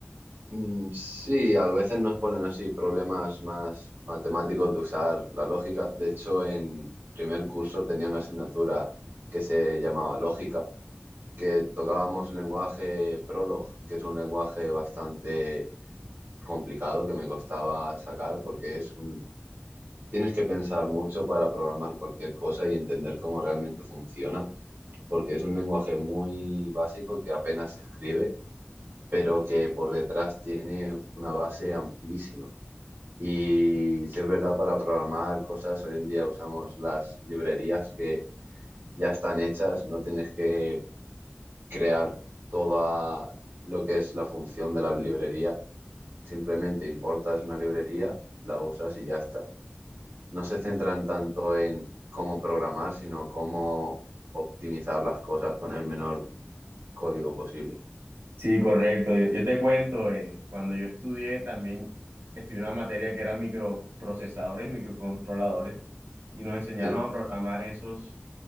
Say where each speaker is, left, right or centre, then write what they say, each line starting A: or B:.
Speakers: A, on the right (about 65°); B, on the right (about 85°).
A: Mm, Sí, a veces nos ponen así problemas más matemáticos de usar la lógica. De hecho, en primer curso tenía una asignatura que se llamaba lógica, que tocábamos lenguaje Prolog, que es un lenguaje bastante complicado que me costaba sacar porque es un... Tienes que pensar mucho para programar cualquier cosa y entender cómo realmente funciona, porque es un lenguaje muy básico que apenas se escribe, pero que por detrás tiene una base amplísima. Y si es verdad, para programar cosas, hoy en día usamos las librerías que ya están hechas, no tienes que crear toda lo que es la función de la librería, Simplemente importas una librería, la usas y ya está. No se centran tanto en cómo programar, sino cómo optimizar las cosas con el menor código posible.
B: Sí, correcto. Yo, yo te cuento, en, cuando yo estudié también estudié una materia que era microprocesadores y microcontroladores y nos enseñaron
A: Sí,
B: a programar esos,